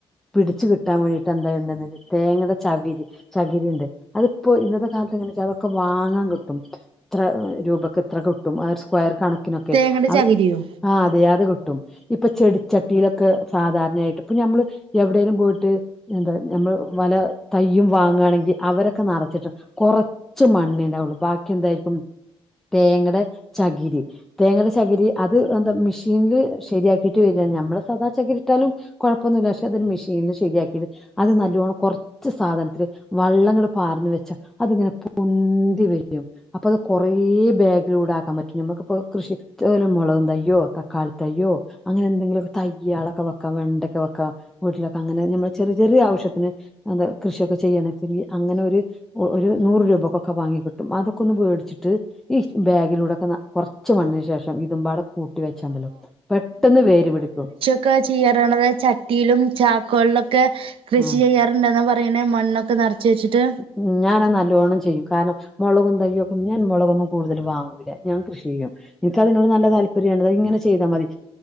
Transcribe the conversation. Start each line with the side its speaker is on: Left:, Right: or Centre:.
Centre: പിടിച്ച് കിട്ടാൻ വേണ്ടിട്ട് എന്താ ഉണ്ട തേങ്ങയുടെ ചവിരി ചകിരി ഇണ്ട് അതിപ്പോ ഇന്നത്തെ കാലത്ത് എങ്ങനാ വെച്ചാ അതൊക്കെ വാങ്ങാൻ കിട്ടും. ഇത്ര രൂപയ്ക്ക് ഇത്ര കിട്ടും ആ ഒരു സ്ക്വയർ കണക്ക ക്കിനൊക്കെ
Right: തേങ്ങയുടെ
Centre: അത്
Right: ചകിരിയോ
Centre: ആ അതെ അത് കിട്ടും ഇപ്പൊ ചെടിച്ചട്ടിയിലൊക്കെ സാധാരണയായിട്ട് ഇപ്പൊ ഞമ്മള് എവടേലും പോയിട്ട്. എന്താ ഞമ്മൾ വല തയ്യും വാങ്ങാണെങ്കിൽ അവരൊക്കെ നറച്ചിട്ട് കൊറ ച്ച് മണ്ണേണ്ടാവുള്ളു ബാക്കി എന്തായിരിക്കും തേങ്ങയടെ ചകിരി തേങ്ങയുടെ ചകിരി അത് എന്താ മെഷീനില് ശരിയാക്കിട്ട് വരാണ് ഞമ്മൾ സാധാരണ ചകിരി ന്താലും കൊഴപ്പമൊന്നുമില്ല പക്ഷെ അതരു മെഷീന്ല് ശരിയാക്കിട്ട് അത് നല്ലവോണം കൊറ ച്ച് സാധനത്തില് വള്ളംങ്ങനെ പാർന്ന് വെച്ചാ അതിങ്ങനെ പൊന്തി വരും. അപ്പത് കൊറേ ബാഗിലൂടാക്കാൻ പറ്റും നമ്മുക്കിപ്പോ കൃഷില മുളകും തയ്യോ തക്കാളി തയ്യോ അങ്ങനെ എന്തെങ്കിലൊക്കെ തയ്യാളൊക്കെ വെക്കാം വെണ്ടൊക്കെ വക്ക വീട്ടിലൊക്കെങ്ങനെ നമ്മെ ചെറിയ ചെറിയ ആവശ്യത്തിന് അന്താ കൃഷിയൊക്കെ ചെയ്യണത്തിരി അങ്ങനെ ഒര് ഒരു നൂറ് രൂപക്കൊക്കെ വാങ്ങികിട്ടും അതൊക്കെ ഒന്ന് വേടിച്ചിട്ട് ഈ ബാഗിലൂടെക്കൊന്ന് കൊറച്ച് മണ്ണിശേഷം ഇതുംപാടെ കൂട്ടി വെച്ചാണ്ടല്ലോ പെട്ടെന്ന് വേര്പിടിക്കും
Right: ഒക്കെ ചെയ്യറണത് ചട്ടിയിലും ചാക്കേളളിലൊക്കെ കൃഷി
Centre: ആ
Right: ചെയ്യാറുണ്ടെന്ന പറയണെ മണ്ണൊക്കെ നിറച്ച് വെച്ചിട്ട്
Centre: ഉ ഞാനാ നല്ലോണം ചെയ്യും കാരണം മൊളകും തയ്യൊക്കും ഞാൻ മൊളകൊന്നും കൂടുതൽ വാങ്ങൂല്ല ഞാൻ കൃഷി ചെയ്യും. എനിക്ക് അതിനോട് നല്ല താല്പര്യണ് അത് ഇങ്ങനെ ചെയ്താൽ മതി